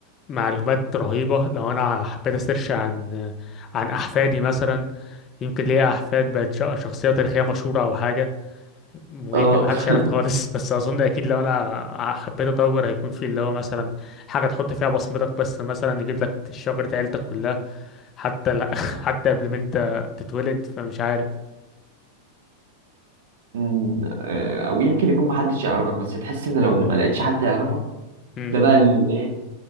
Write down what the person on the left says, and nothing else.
معلومات رهيبة لو انا حبيت اسيرش عن عن احفادي مثلا يمكن ليا احفاد بقت ش- شخصية تاريخية مشهورة او حاجة ويمكن
محدش يعرف
خالص <laughs> بس اظن اكيد لو انا حبيت اطور هيكون في اللي هو مثلا حاجة تحط فيها بصمتك بس مثلا يجيب لك شجرة عيلتك كلها حتى لا <laughs> حتى قبل ما انت تتولد فمش عارف
امم